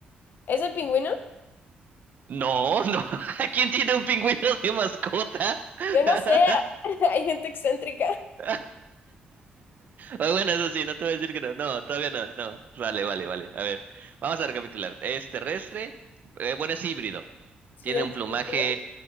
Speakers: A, on the left; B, on the right.
A: ¿es el pingüino?
B: No, no. <laughs> ¿Quién tiene un pingüino de mascota? <laughs>
A: Yo no sé, <laughs> hay gente excéntrica.
B: <laughs> Ah, Bueno, eso sí, no te voy a decir que no. No, todavía no, no. Vale, vale, vale. A ver, vamos a recapitular. Es terrestre, eh, bueno, es híbrido.
A: Sí,
B: Tiene
A: es
B: un plumaje,
A: cierto.